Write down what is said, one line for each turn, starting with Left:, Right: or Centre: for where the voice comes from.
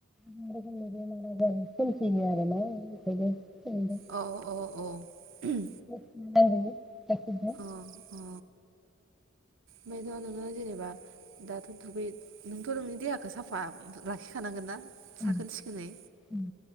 Centre: <unintelligible> बेमार आजार सोमजियो आरो ना ओंखायनो <unintelligible>
Right: औ औ औ उम।
Centre: <unintelligible>
Right: अ अ। ओमफ्रायथ' नोङो जेनेबा दाथ' दुगै नोंथ' नोंनि देहाखो साफा लाखिखानांगोनना
Centre: उम
Right: साखोन सिखोनै।
Centre: उम